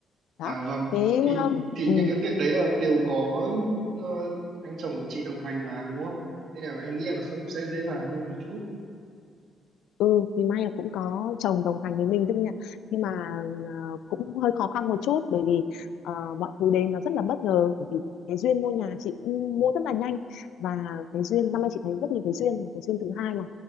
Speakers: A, on the left; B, on the right.
A: đó
B: À vâng,
A: thế
B: thì
A: um,
B: thì
A: ừ,
B: những cái việc đấy là đều có ờ, anh chồng của chị đồng hành mà đúng không? Nên là em nghĩ là nó cũng sẽ dễ dàng hơn một chút.
A: ừ thì may là cũng có chồng đồng hành với mình tức nhỉ nhưng mà ờ, cũng hơi khó khăn một chút bởi vì ờ, mọi thứ đến nó rất là bất ngờ bởi vì cái duyên mua nhà chị cũng mua rất là nhanh và cái duyên năm nay chị thấy rất nhiều cái duyên mà cái duyên thứ hai là